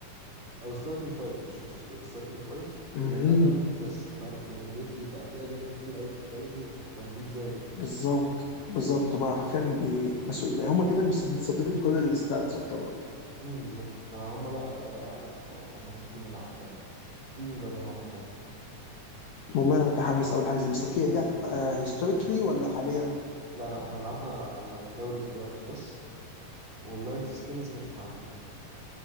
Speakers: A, on the right; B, on the left.
A: او ستارتنج فايف مش روستر ستارتنج فايف
B: مهم.
A: من اللعيبه البيض بس انت عارف يعني ليتلي بقى في اجانب كتير قوي في الدوري فالبيض زادوا
B: بالظبط بالظبط
A: أص-
B: بقى حرفيا بمسؤول هم تقريبا متصدرين كل الاستاتس يعتبر
A: امم بالظبط فهم بقى آه، قال لك آه، طب ما تيجي نلعب فاهم ما تيجي نجربها احنا كمان
B: والله انا متحمس اول حاجه زي دي، بس اوكي دي هتبقى هيستوريكلي ولا حاليا
A: لا لا هنلعبها على الدوري دلوقتي بس واللايت سكينز مش معانا